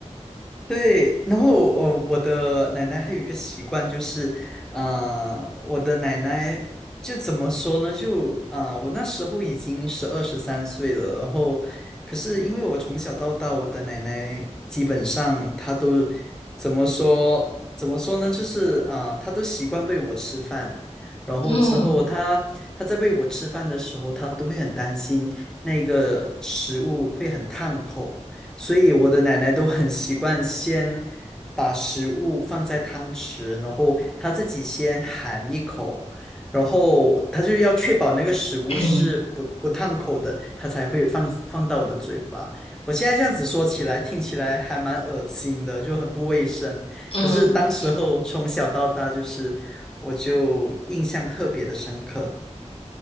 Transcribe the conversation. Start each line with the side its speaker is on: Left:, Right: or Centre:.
Centre: 对，然后哦，我的奶奶还有一个习惯就是，啊，我的奶奶就怎么说呢？就啊、呃我那时候已经十二十三岁了，然后可是因为我从小到大，我的奶奶基本上她都怎么说？怎么说呢？就是啊、呃她都习惯喂我吃饭，然后之后她她在喂我吃饭的时候，
Left: 嗯
Centre: 她都会很担心那个食物会很烫口。所以我的奶奶都很习惯先把食物放在汤匙，然后她自己先含一口，然后她就要确保那个食物是不不烫口的，
Left: <clears throat>
Centre: 她才会放放到我的嘴巴。我现在这样子说起来，听起来还蛮恶心的，就很不卫生。
Left: 嗯，
Centre: 可是当时候从小到大，就是我就印象特别的深刻。